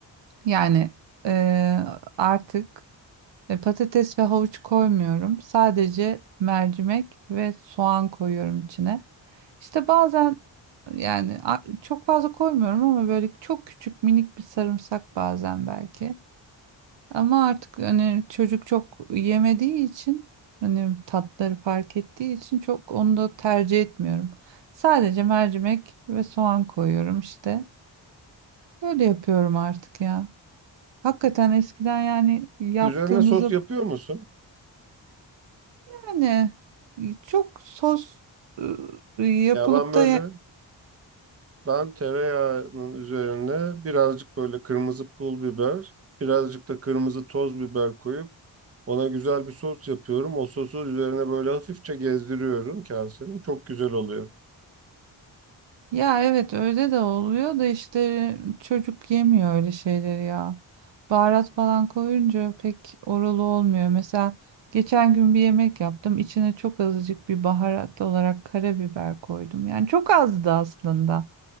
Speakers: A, on the right (about 65°); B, on the right (about 30°).
A: yani e, artık e, patates ve havuç koymuyorum. Sadece mercimek ve soğan koyuyorum içine. İşte bazen yani a- çok fazla koymuyorum ama böyle çok küçük minik bir sarımsak bazen belki. Ama artık hani çocuk çok yemediği için hani tatları fark ettiği için çok onu da tercih etmiyorum. Sadece mercimek ve soğan koyuyorum işte. Böyle yapıyorum artık ya. Hakikaten eskiden yani yaptığımızı
B: Üzerine sos yapıyor musun?
A: yani çok sos ıı, yapılıp
B: Ya ben böyle
A: da
B: ben tereyağının üzerine birazcık böyle kırmızı pul biber, birazcık da kırmızı toz biber koyup Ona güzel bir sos yapıyorum. O sosu üzerine böyle hafifçe gezdiriyorum kasenin. Çok güzel oluyor.
A: Ya evet öyle de oluyor da işte çocuk yemiyor öyle şeyleri ya. Baharat falan koyunca pek oralı olmuyor. Mesela geçen gün bir yemek yaptım. İçine çok azıcık bir baharat olarak karabiber koydum. Yani çok azdı aslında.